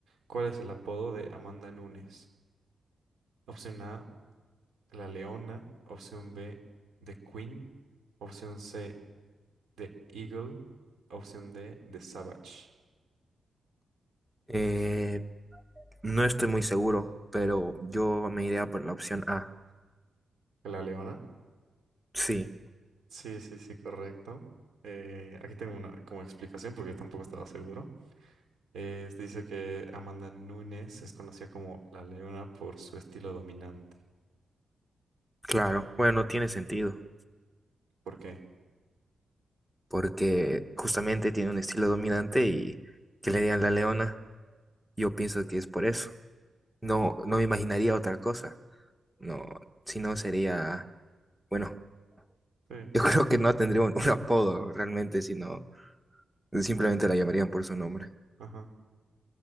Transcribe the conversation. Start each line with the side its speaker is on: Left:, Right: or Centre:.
Right: ¿Cuál es el apodo de Amanda Nunes? Opción A, La Leona. Opción B, The Queen. Opción C, The Eagle. Opción D, The Savage.
Centre: Eh, no estoy muy seguro, pero yo me iría por la opción A.
Right: ¿La Leona?
Centre: Sí,
Right: Sí, sí, sí, correcto. Eh, aquí tengo una como explicación porque yo tampoco estaba seguro. Eh, dice que Amanda Nunes es conocida como la leona por su estilo dominante.
Centre: claro. Bueno, no tiene sentido,
Right: ¿Por qué?
Centre: porque justamente tiene un estilo dominante y que le digan la leona. Yo pienso que es por eso. No, no me imaginaría otra cosa. No, si no sería, bueno, <laughs>
Right: Sí.
Centre: yo creo que no tendría un, un apodo realmente, sino simplemente la llamarían por su nombre.
Right: Ajá.